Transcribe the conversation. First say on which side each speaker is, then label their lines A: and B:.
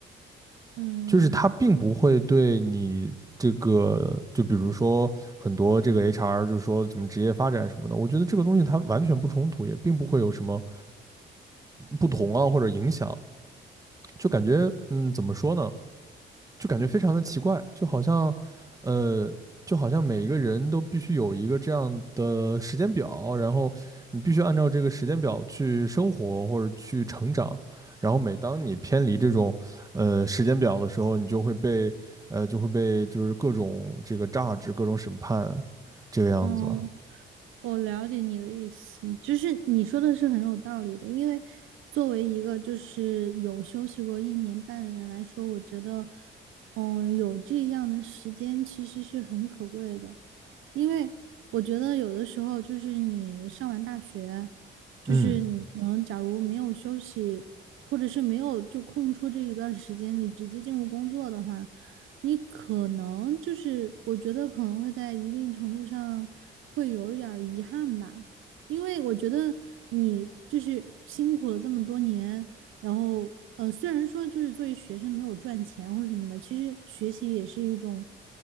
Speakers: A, on the right (about 85°); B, on the right (about 15°).
A: 嗯
B: 就是它并不会对你这个，就比如说很多这个 HR 就是说什么职业发展什么的，我觉得这个东西它完全不冲突，也并不会有什么不同啊或者影响，就感觉嗯怎么说呢？就感觉非常的奇怪，就好像，呃，就好像每一个人都必须有一个这样的时间表，然后你必须按照这个时间表去生活或者去成长，然后每当你偏离这种，呃，时间表的时候，你就会被，呃，就会被就是各种这个榨汁、各种审判，这个样子。
A: 嗯，我了解你的意思，就是你说的是很有道理的，因为作为一个就是有休息过一年半的人来说，我觉得，嗯，有这样的时间其实是很可贵的，因为我觉得有的时候就是你上完大学，就是你可能假如没有休息，
B: 嗯
A: 或者是没有就空出这一段时间，你直接进入工作的话。你可能就是我觉得可能会在一定程度上会有一点儿遗憾吧，因为我觉得你就是辛苦了这么多年，然后呃，虽然说就是作为学生没有赚钱或者什么的，其实学习也是一种，